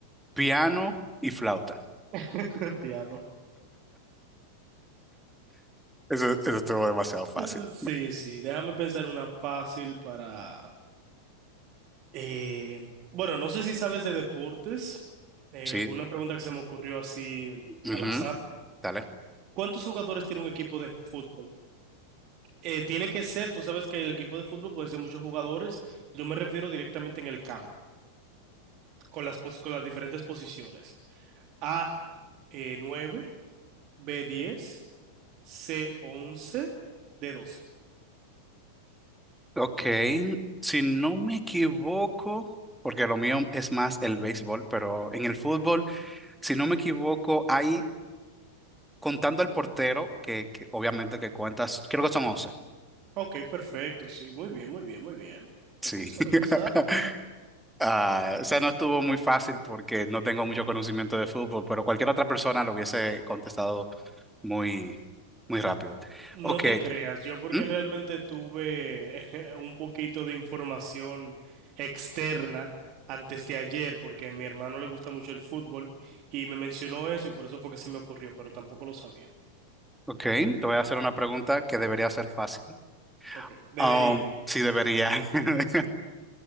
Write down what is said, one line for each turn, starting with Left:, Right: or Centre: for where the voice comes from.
Centre: piano y flauta.
Right: <laughs> piano.
Centre: Eso, eso estuvo demasiado fácil.
Right: Eh, Sí, sí, déjame pensar una fácil para... eh, bueno, no sé si sabes de deportes. Eh,
Centre: Sí,
Right: fue una pregunta que se me ocurrió así
Centre: ujú,
Right: al azar.
Centre: dale.
Right: ¿Cuántos jugadores tiene un equipo de fútbol? Eh, tiene que ser, tú sabes que el equipo de fútbol puede ser muchos jugadores. Yo me refiero directamente en el campo. con las, pos- con las diferentes posiciones. A, eh, nueve B, diez C, once D, doce
Centre: Ok, si no me equivoco, porque lo mío es más el béisbol, pero en el fútbol, si no me equivoco, hay, contando al portero, que, que obviamente que cuentas, creo que son once
Right: Ok, perfecto, sí, muy bien, muy bien, muy bien.
Centre: Sí.
Right: Me gusta,
Centre: <laughs>
Right: me gusta.
Centre: Ah, o sea, no estuvo muy fácil porque no tengo mucho conocimiento de fútbol, pero cualquier otra persona lo hubiese contestado muy, muy rápido.
Right: No
Centre: Ok,
Right: te creas, yo porque
Centre: ¿Mm?
Right: realmente tuve <laughs> un poquito de información externa antes de ayer, porque a mi hermano le gusta mucho el fútbol y me mencionó eso y por eso fue que se me ocurrió, pero tampoco lo sabía.
Centre: ok, te voy a hacer una pregunta que debería ser fácil.
Right: Ok, debería.
Centre: Um, sí, debería. <laughs>